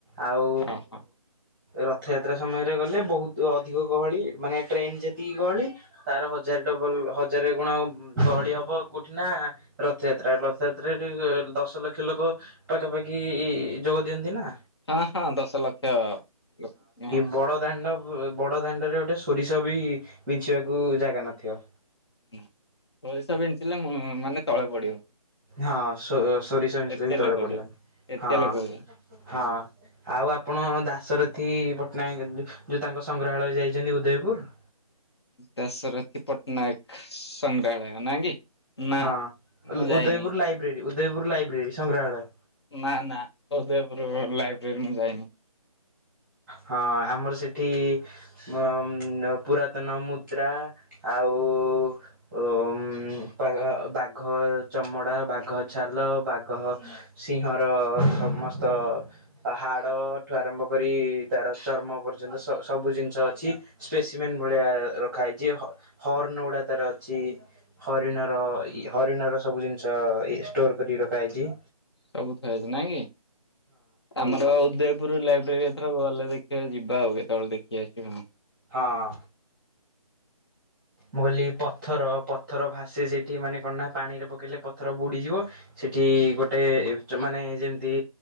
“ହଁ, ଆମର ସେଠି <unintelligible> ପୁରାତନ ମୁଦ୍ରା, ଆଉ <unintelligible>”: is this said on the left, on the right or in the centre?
Centre